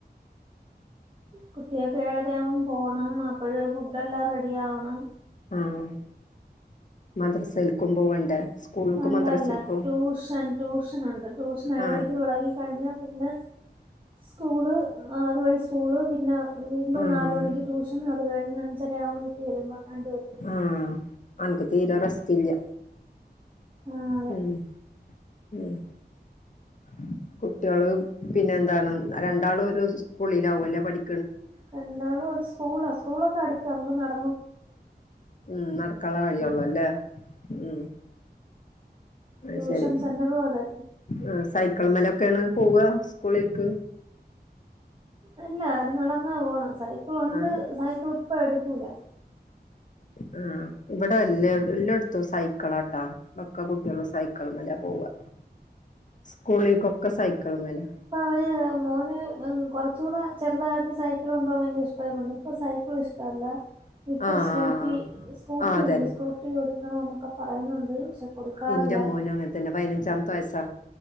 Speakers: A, on the right; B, on the left.
A: കുട്ട്യേക്ക് ഏഴരയാമ്പോ പോണം. അപ്പോഴ ഫുഡ് എല്ലാം റെഡി ആവണം.
B: ആഹ് മദ്റസേൽക്കും പോവണ്ടേ? സ്കൂൾക്കും
A: അല്ലല്ല.
B: മദ്രസൽക്കും
A: ട്യൂഷൻ ട്യൂഷനൊണ്ട് ട്യൂഷൻ ഏഴരയ്ക്ക്
B: ആഹ്
A: തൊടങ്ങി കഴിഞ്ഞ പിന്നെ സ്കൂള് അതുവഴി സ്കൂള് പിന്നെ വീണ്ടും
B: ആഹ്
A: നാലുമണിക്ക് ട്യൂഷൻ അത് കഴിഞ്ഞ് അഞ്ചര ആവുമ്പം വീട്ടി വരുമ്പോ രണ്ടുപേരും
B: ആഹ് അൻക്ക് തീരെ റസ്റ്റ് ഇല്ല
A: ആ അതെ
B: ഉം <unintelligible> കുട്ട്യേള് പിന്നെ എന്താണ് രണ്ടാളും ഒരു സ്കൂളിലാവുല്ലെ പഠിക്
A: രണ്ടാളും ഒരു സ്കൂളാ സ്കൂളൊക്കെ അടുത്താ നമ്മക്ക് നട
B: ഉം നടക്കാള്ള വഴിയൊള്ളു ല്ലേ ഉം അയ്
A: ട്യൂഷൻ
B: ശരി
A: സെന്ററും അതെ
B: ആഹ് സൈ ക്കിൾമ്മലൊക്കെ ആണ് പോവ സ്കൂളിക്ക്?
A: അല്ല അവര് നടന്നാ പോണ. സൈക്കിളുണ്ട്
B: ആഹ്
A: സൈക്കിൾ ഇപ്പ എട്ക്കൂല.
B: ഉം ഇബടെ എല്ല എല്ലാട്ത്തും സൈക്കളാട്ടാ. ഒക്ക കുട്ട്യാളും സൈക്കൾമ്മലാ പോവാ. സ്കൂളിക്കൊക്കെ സൈക്കിൾമ്മലാ.
A: ഇപ്പൊ അവന് മോന് കൊറച്ചൂടെ ചെറുതാഴപ്പ സൈക്കിൾണ്ട് ഓട്ട ഭയങ്കര ഇഷ്ട ഇപ്പ സൈക്കിള് ഇഷ്ടല്ല. ഇപ്പൊ
B: ആഹ്
A: സ്കൂട്ടി സ്കൂട്ടി
B: ആഹ് അതന്നെ
A: ഉണ്ട്. സ്കൂട്ടി ഓടിക്കണന്നൊക്കെ പറയുന്നുണ്ട്. പഷേ കൊടുക്കാറില്ല.
B: ന്റെ മോനും അങ്ങൻ തന്നെ പയ്നഞ്ചാമത്തെ വയസ്സാ.